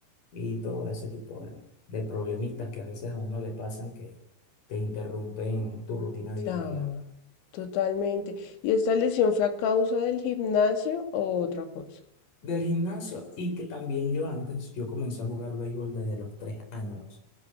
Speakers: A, on the left; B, on the left.
A: y todo ese tipo de, de problemitas que a veces a uno le pasan que te interrumpen tu rutina diaria
B: claro, totalmente. ¿Y esta lesión fue a causa del gimnasio o otra cosa?
A: del gimnasio y que también yo antes, yo comencé a jugar béisbol desde los tres años.